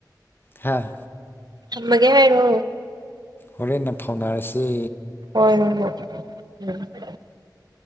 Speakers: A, on the left; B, on the right.
A: ꯍꯥꯥ
B: ꯊꯃꯒꯦ ꯍꯥꯏꯔꯣ
A: ꯍꯣꯔꯦꯟꯅ ꯐꯥꯎꯅꯔꯁꯤ
B: ꯍꯣꯏ ꯍꯣꯏ ꯍꯣꯏ ꯎꯝ